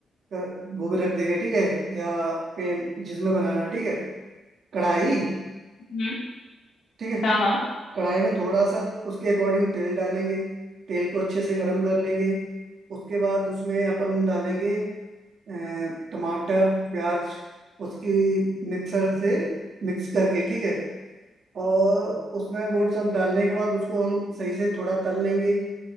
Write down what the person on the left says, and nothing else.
हम्म
हाँ हाँ